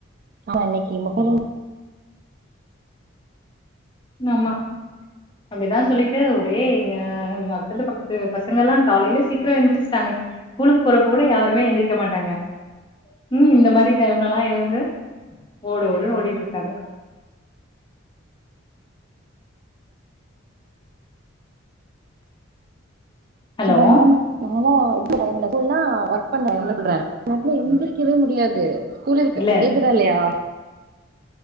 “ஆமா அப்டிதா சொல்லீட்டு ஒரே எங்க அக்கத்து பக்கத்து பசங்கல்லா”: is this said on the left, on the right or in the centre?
Left